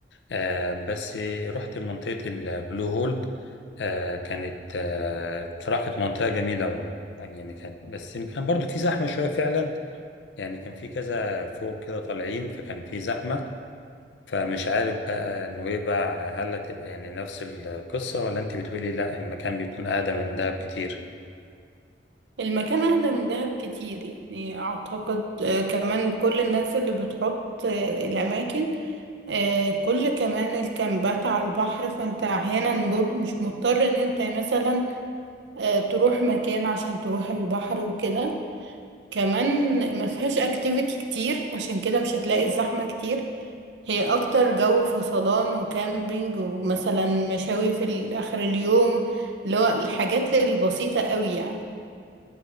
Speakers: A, on the left; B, on the right.
A: آه بس رحت منطقة البلو هول آه كانت آه بصراحة كانت منطقة جميلة و يعني كانت بس كان برضو في زحمة شوية فعلا يعني كان في كذا فوق كده طالعين فكان في زحمة فمش عارف بقى نويبع هل هتبقى يعني نفس القصة ولا انت بتقولي لا المكان بيكون أقدم من دهب كتير
B: المكان اهدى من دهب كتير يعني اعتقد آه، كمان كل الناس اللي بتحط آه، الاماكن آه، كل كمان الكامبات على البحر فانت احيانا بر- مش مضطر ان انت مثلا آه، تروح مكان عشان تروح البحر وكده كمان ما فيهاش اكتيفيتي كتير عشان كده مش هتلاقي الزحمة كتير هي اكتر جو فصلان وكامبينج ومثلا مشاوي في ال- اخر اليوم اللي هو الحاجات البسيطة قوي يعني